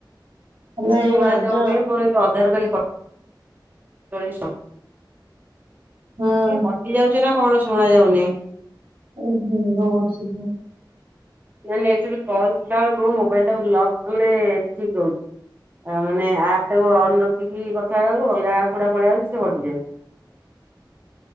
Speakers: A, on the right; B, on the right.
A: ହେଲା
B: କିଛି ଶୁଣା
A: ଏଇ ରଜ
B: ଯାଉନିଁ ଅଧାର କାଲି <unintelligible> କଟି
A: ହଁ।
B: ଯାଉଛି ନା କଣ ଶୁଣା ଯାଉନି।
A: ଓ ହୁଁ <unintelligible>
B: ଯାହିଥିଲୁ କଲ କଲା ବେଳୁକୁ ମୋବାଇଲି ଟାକୁ ଲକ କହିଲେ ଠିକ ହଉଛି ମାନେ ଆପ୍ ଟାକୁ ଅନ୍ ରଖିକି କଥା ହେବାକୁ ଅଲଗା ଆପ ବୁଡା ପଲେଇଆଉଛି ଯାଉ ସେ ଘଟି ଯାଉଛି।